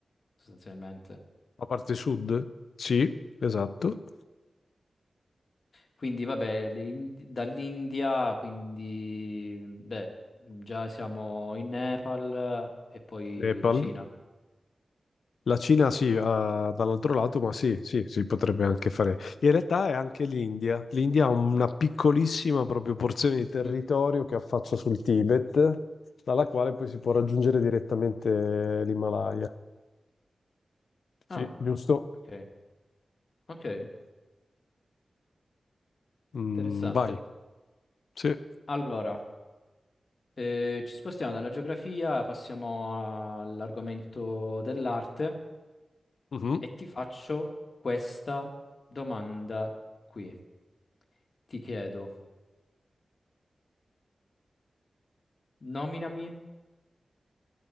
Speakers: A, on the left (about 65°); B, on the left (about 85°).
A: Sostanzialmente.
B: La parte sud? Sì, esatto.
A: Quindi vabbè, l'In- dall'India, quindi beh, già siamo in Nepal e poi
B: Nepal.
A: la Cina.
B: La Cina sì, ah, dall'altro lato, ma sì, sì, si potrebbe anche fare. In realtà è anche l'India. L'India ha una piccolissima proprio porzione di territorio
A: Mm.
B: che affaccia sul Tibet, dalla quale poi si può raggiungere direttamente l'Himalaya. Sì,
A: Ah,
B: giusto.
A: ok, ok,
B: Mm,
A: interessante.
B: vai. Sì.
A: Allora, eh, ci spostiamo dalla geografia, passiamo all'argomento dell'arte
B: Mhm.
A: e ti faccio questa domanda qui. Ti chiedo, nominami